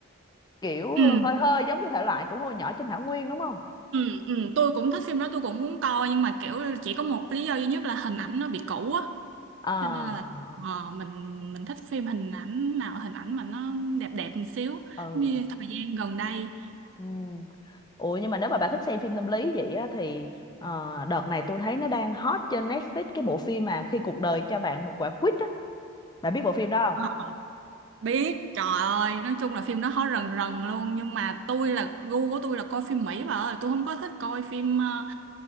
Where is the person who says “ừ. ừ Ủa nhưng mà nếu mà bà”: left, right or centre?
Left